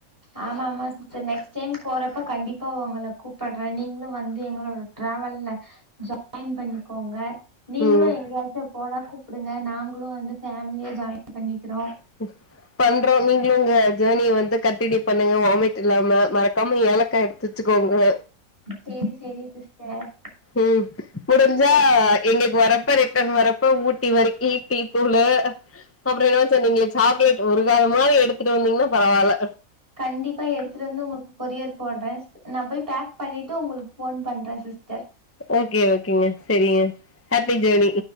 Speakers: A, on the right; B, on the left.
A: ஆமா ஆமா சிஸ்டர் நெக்ஸ்ட் டைம் போறப்ப கண்டிப்பா உங்கள கூப்பட்ற நீங்களு வந்து எங்களோட ட்ராவல்ல ஜாயின் பண்ணிக்கோங்க நீங்களு
B: ம்
A: எங்கயாச்சு போனா கூப்புடுங்க நாங்களு வந்து ஃபேமிலியா ஜாய்ன் பண்ணிக்கிறோ
B: ம் பண்றோ நீங்களு ஒங்க ஜேர்னிய வந்து கண்டினியூ பண்ணுங்க வாமிட் இல்லாம மறக்காம ஏலக்கா எடு தச்சுக் கோங்க
A: சேரி சேரி சிஸ்டர்
B: ம் முடிஞ்சா
A: சேரி
B: எங்களுக்கு வரப்ப ரிட்டன் வரப்ப ஊட்டி வரிக்கி டீ தூளு அப்றோ என்ன நீங்க சாக்லேட் உருகாத மாரி எடுத்துட்டு வந்தீங்னா பரவால்ல
A: கண்டிப்பா எடுத்துட்டு வந்து உங்ளுக்கு கொரியர் போட்றே நா போய் பேக் பண்ணிட்டு உங்களுக்கு ஃபோன் பண்ற சிஸ்டர்
B: ஓகே ஓகேங்க செரிங்க ஹாப்பி ஜேர்னி